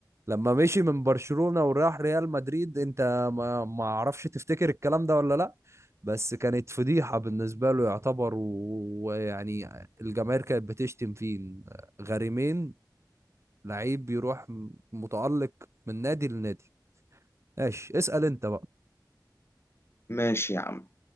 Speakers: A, on the right (about 40°); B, on the left (about 35°).
A: لما مشي من برشلونة وراح ريال مدريد انت ما ما اعرفش تفتكر الكلام ده ولا لا بس كانت فضيحة بالنسبة له يعتبر و- ويعني الجماهير كانت بتشتم فيه غريمين لعيب بيروح م- متألق من نادي لنادي ماشي اسأل انت بقى
B: ماشي يا عم